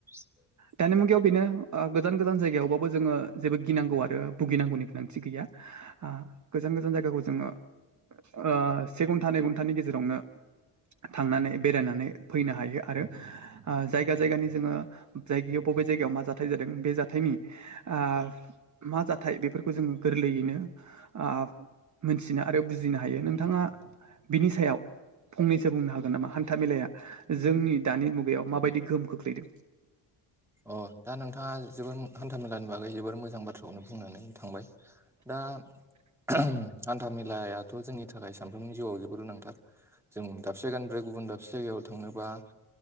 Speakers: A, in the centre; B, on the right (about 40°).
A: <inaudible>
B: दानि मुगायाव बेनो गोजान गोजान जायगायावबाबो जोङो जेबो गिनांगौ आरो भुगिनांगौनि गोनांथि गैया ओ गोजान गोजान जायगाखौ जोङो ओ से घन्टा नै घन्टानि गेजेरावनो थांनानै बेरायनानै फैनो हायो आरो जायगा जायगानि जोङो जायगायाव बबे जायगायाव मा जाथाय जादों बे जाथायनि आ मा जाथाय बेफोरखौ जोङो गोरलैयैनो आ मोनथिनो आरो बुजिनो हायो। नोंथाङा बिनि सायाव फंनैसो बुंनो हागोन नामा हान्था मेलाया जोंनि दानि मुगायाव माबायदि गोहोम खोख्लैदों?
A: अ दा नोंथाङा जोबोर हान्था मेलानि बागै जोबोर मोजां बाथ्राखौनो बुंनानै थांबाय। दा हान्थाामेेलायाथ' जोंनि थाखाय सानफ्रोमनि जिउआव जोबोद गोनांथार। जों दाबसे जायगानिफ्राय गुबुन दाबसे जायगायाव थांनोबा -